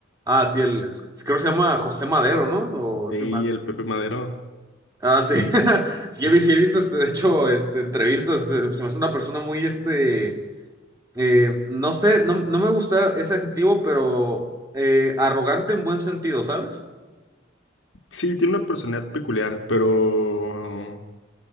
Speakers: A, on the right (about 20°); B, on the left (about 75°).
A: Ah, sí, el, es- creo que se llama José Madero, ¿no? O
B: Y
A: estoy mal.
B: el Pepe Madero.
A: Ah, sí. <laughs> Sí,
B: eh,
A: he visto, he visto, este, de hecho, este, entrevistas. eh, Se me hace una persona muy, este, Eh, no sé, no, no me gusta ese adjetivo, pero eh, arrogante en buen sentido, ¿sabes?
B: sí, tiene una personalidad peculiar, pero...